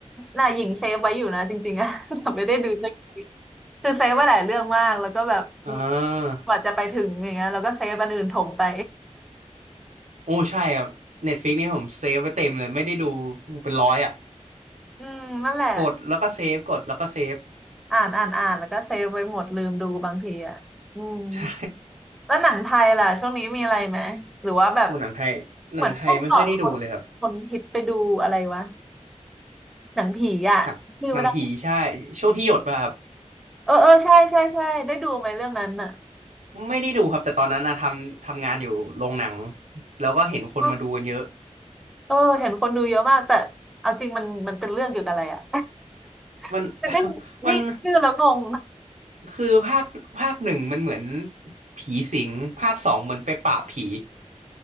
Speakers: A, in the centre; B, on the right (about 75°).
A: น่ะหญิงเซฟไว้อยู่นะจริงๆอะ <laughs> แต่ไม่ได้ดูสักทีคือเซฟไว้หลายเรื่องมากแล้วก็แบบอืม
B: ๆ <laughs> อ่า
A: กว่าจะไปถึงอย่างเงี้ยแล้วก็เซฟอันอื่นถมไป
B: โอ้ใช่ครับเน็ตฟ i ิกนี่ผมเซฟไว้เต็มเลยไม่ได้ดูเป็นร้อยอ่ะ
A: อืมนั่นแหละ
B: กดแล้วก็เซฟกดแล้วก็เซฟ
A: อ่านอ่านอ่านแล้วก็เซฟไว้หมดลืมดูบางทีอ่ะอืม
B: <laughs> ใช่
A: แล้วหนังไทยล่ะช่วงนี้มีอะไรไหมหรือว่าแบบ
B: โอ้หนังไทยหนังไทยไม่ค่อยได้ดูเลยครับ
A: เหมือนพวกก่อนคนคนฮิตไปดูอะไรวะหนังผีอะชื่ะ
B: หนังหนังผีใช่ช่วงที่หยดมาครับ
A: เออเออใช่ใช่ใช่ได้ดูไหมเรื่องนั้นน่ะ
B: ไม่ได้ดูครับแต่ตอนนั้นนะทำทำงานอยู่โรงหนังแล้วก็เห็นคนมาดูกันเยอะ
A: เออเอห็นคนดูเยอะมากแต่เอาจริงมันมันเป็นเรื่องเกี่ยวกับอะไรอ่ะ <laughs>
B: มัน
A: มัน
B: <laughs>
A: <laughs> ได้นี่ชื่อแล้วงง
B: มัน คือภาคภาคหนึ่งมันเหมือนผีสิงภาคสองเหมือนไปปราบผี